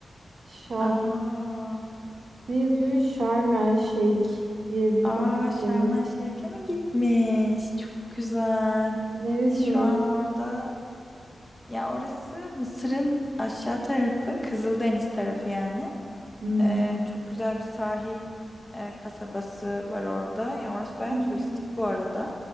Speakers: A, on the right; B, on the left.
A: Şah
B: Aa,
A: ne yazıyor? Şarm El Şeyh diye bir
B: aa
A: konu
B: Şarm
A: olmuş.
B: El Şeyh'e mi gitmiş? Çok güzel.
A: Neresi
B: Şu
A: orası?
B: an orada ya orası Mısır'ın aşağı tarafı, Kızıldeniz tarafı yani.
A: Hmm.
B: Ee, çok güzel bir sahil e, kasabası var orada. Yani orası bayağı
A: Hmm.
B: turistik bu arada.